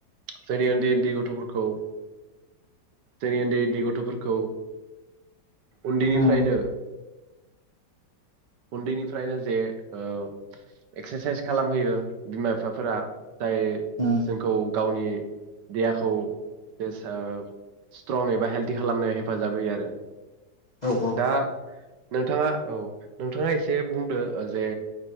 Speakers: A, on the right; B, on the left.
A: जोंनि उन्दै उन्दै गथफोरखौ जोंनि उन्दै उन्दै गथफोरखौ उन्दैनिफ्रायनो
B: उम
A: उन्दैनिफ्रायनो जे ओ एक्सारसाइस खालामहैयो बिमा बिफाफोरा जाय
B: उम
A: जोंखौ गावनि देहाखौ जे स्ट्रं एबा हेल्डि खालामनो हेफाजाब होयो आरो
B: औ
A: दा नोंथाङा औ नोंथाङा एसे बुंदो जे